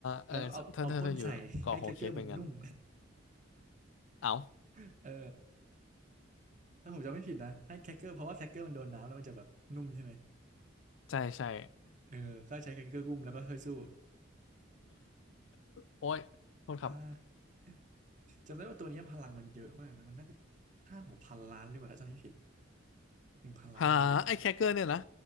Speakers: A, on the left; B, on the right.
A: เออถ้าถ้าถ้าอยู่เกาะโฮเค้กเป็นงั้น
B: แล้วก็เอาเอาพ่นใส่ <laughs> ให้แครกเกอร์มันนุ่ม
A: เอ้า
B: <laughs> เออถ้าผมจำไม่ผิดนะให้แครกเกอร์เพราะว่าแครกเกอร์มันโดนน้ำแล้วมันจะแบบนุ่มใช่ไหม
A: ใช่ใช่
B: เออก็ใช้แครกเกอร์กุ้มแล้วก็ช่วยสู้
A: โอ้ยโทษครับ
B: อ่าจำได้ว่าตัวนี้พลังมันเยอะมากนะมันน่าจะค่าหัวพันล้านหรือเปล่าถ้าจำไม่ผิดหนึ่งพันล้านเบรีนะ
A: หาไอ้แคคเกอร์เนี่ยนะ